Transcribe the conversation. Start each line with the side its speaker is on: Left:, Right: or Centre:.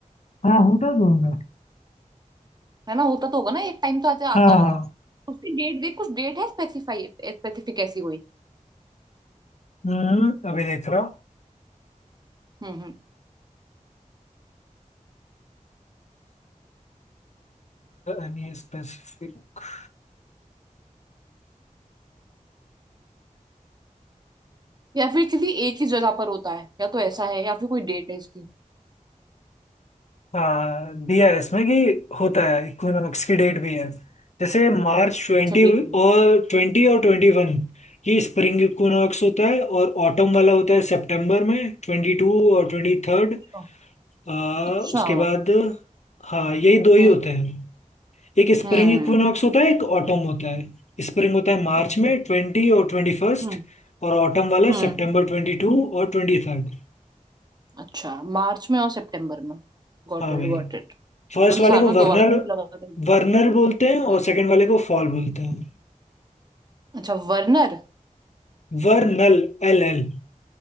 Left: हाँ होता तो होगा
Right: है ना होता तो होगा ना एक टाइम तो आते आता
Left: हाँ
Right: होगा
Left: हाँ
Right: उसकी डेट देख कुछ डेट है स्पेसिफाई स्पेसिफिक ऐसी कोई
Left: हम्म, अभी देख रहा हूँ
Right: हम्म हम्म
Left: Any specific
Right: या फिर किसी एक ही जगह पर होता है या तो
Left: तो
Right: ऐसा है या फिर कोई डेट है इसकी
Left: हाँ दिया है इसमें कि होता है इक्विनॉक्स की डेट भी है जैसे मार्च ट्वेंटी
Right: अच्छा डेट है
Left: और ट्वेंटी और ट्वेंटी वन ये स्प्रिंग इक्विनॉक्स होता है और ऑटम वाला होता है सितंबर में ट्वेंटी टू और ट्वेंटी थर्ड
Right: अच्छा
Left: आ,
Right: अच्छा।
Left: उसके बाद हाँ यही दो ही
Right: हम्म
Left: होते हैं एक स्प्रिंग
Right: हम्म
Left: इक्विनॉक्स होता है एक ऑटम होता है स्प्रिंग होता है मार्च
Right: अच्छा
Left: में ट्वेंटी और ट्वेंटी फर्स्ट
Right: हम्म
Left: और ऑटम वाला
Right: हम्म
Left: सितंबर ट्वेंटी टू और ट्वेंटी थर्ड
Right: अच्छा मार्च में और सितंबर में Got
Left: हाँ
Right: it
Left: भाई
Right: got it
Left: फर्स्ट
Right: तो तो
Left: वाले
Right: साल
Left: को
Right: में दो
Left: वर्नल
Right: बार होता है मुझे लगा था
Left: वर्नल बोलते हैं
Right: हम्म
Left: और सेकंड वाले को फॉल बोलते हैं
Right: अच्छा वर्नर
Left: वर्नल एल एल